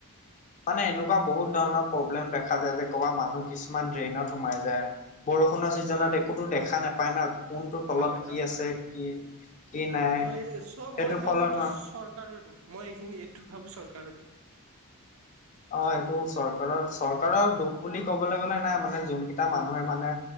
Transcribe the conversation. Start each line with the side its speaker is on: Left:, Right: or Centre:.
Left: মানে এনেকুৱা বহুত ধৰণৰ প্ৰব্লেম দেখা যায় যে ক'ৰবাত মানুহ কিছুমান ড্ৰেইনত সোমাই যায় বৰষুণৰ ছিজনত
Right: হয়
Left: একোতো দেখা নাপায় ন কোনটো তলত
Right: হয় হয়
Left: কি আছে কি। কি নাই
Right: হয় চ
Left: সেইটো
Right: মই ভাবো
Left: ফলত
Right: এইটো চৰকাৰ দুখ মই এইখিনি এইটোত ভাবো চৰকাৰৰ দুখ
Left: অ এইটো চৰকাৰৰ চৰকাৰৰ দুখ বুলি ক'বলে গ'লে নাই মানে যোনকেইটা মানুহে মানে